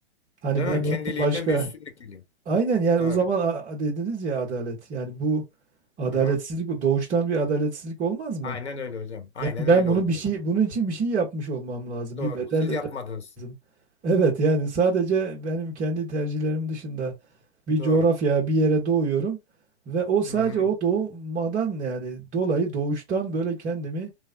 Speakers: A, on the right; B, on the left.
A: Hani
B: Değil mi?
A: ben onun
B: Kendiliğinden
A: başka
B: bir üstünlük geliyor.
A: Aynen yani
B: Doğru.
A: o zaman a- a- dediniz ya adalet. Yani bu adaletsizlik
B: Hı hı.
A: bu doğuştan bir adaletsizlik olmaz mı?
B: Aynen öyle hocam. Aynen
A: Yani ben
B: öyle
A: bunu
B: olur
A: bir şey
B: hocam.
A: bunun için bir şey yapmış olmam lazım.
B: Doğru.
A: Bir bedel
B: Siz
A: ödemem
B: yapmadınız.
A: lazım. Evet yani sadece benim kendi tercihlerim dışında bir
B: Doğru.
A: coğrafya, bir yere doğuyorum ve o sadece
B: Hı,
A: o doğmadan yani dolayı doğuştan böyle kendimi